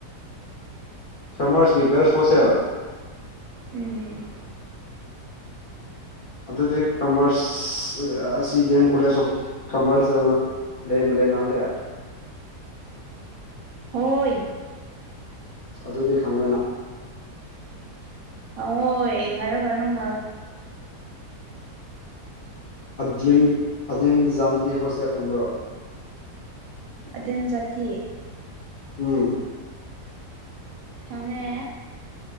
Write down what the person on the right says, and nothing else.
ꯎꯝ
ꯍꯣꯏ
ꯈꯪꯉꯣꯏ ꯍꯥꯏꯔꯒ ꯅꯪꯅ
ꯑꯗꯨꯝ ꯖꯥꯇꯤ
ꯈꯪꯉꯦ